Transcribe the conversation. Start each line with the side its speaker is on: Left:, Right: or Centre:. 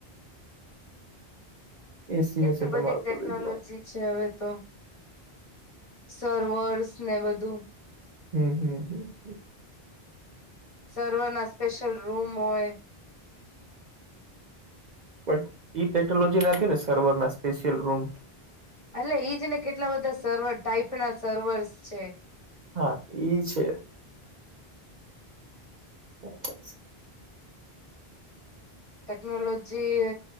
Right: એસી
Left: કેટલી
Right: હશે
Left: બધી
Right: તમારા
Left: ટેકનોલોજી
Right: કોલેજમાં
Left: છે હવે તો સર્વર્સ ને બધું
Right: હમ હમ હ
Left: સર્વર ના સ્પેશિયલ રૂમ હોય
Right: બટ ઇ ટેકનોલોજી નથી ને સર્વર ના સ્પેશિયલ રૂમ
Left: એટલે ઈજ ને કેટલા બધા સર્વર ટાઈપ ના સર્વર્સ છે
Right: હા ઈ છે <inaudible>
Left: ટેકનોલોજી